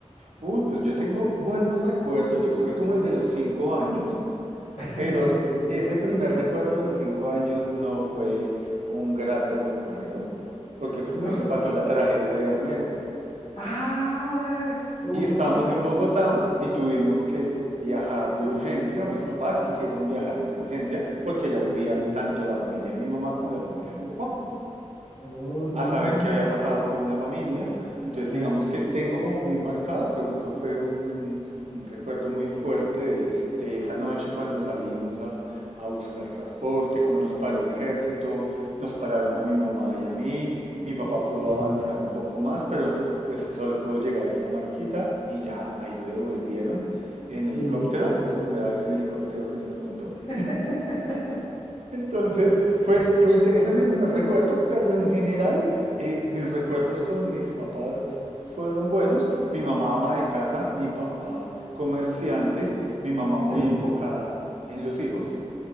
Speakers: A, on the right; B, on the left.
A: Uy, pues yo tengo buenos recuerdos, yo creo que como desde los cinco años,
B: <laughs>
A: pero
B: Así.
A: ese primer recuerdo de los cinco años no fue un grato recuerdo, porque fue
B: ¿no?
A: cuando pasó la tragedia de Armero.
B: Ah, ok.
A: Y estábamos en Bogotá y tuvimos que viajar de urgencia, o mis papás quisieron viajar de urgencia, porque ya vivía
B: Sí.
A: tanto la familia de mi mamá como la familia de mi papá.
B: Oh,
A: a
B: y
A: saber qué había pasado con la familia. Entonces,
B: claro.
A: digamos que tengo como muy marcado, creo que eso fue un, un recuerdo muy fuerte de, de esa noche cuando salimos a, a buscar transporte, cómo nos paró el ejército, nos pararon a mi mamá y a mí, mi papá pudo
B: Sí,
A: avanzar un poco más, pero pues solo pudo llegar hasta Mariquita y ya ahí lo devolvieron en
B: sí.
A: helicóptero, fue su primera vez en helicóptero que nos contó.
B: <laughs>
A: Entonces, fue, fue, inte- ese es mi primer recuerdo, pero en general, eh, mis recuerdos con mis papás fueron buenos. Mi mamá ama de casa, mi papá comerciante, mi mamá muy
B: Sí,
A: enfocada en los hijos,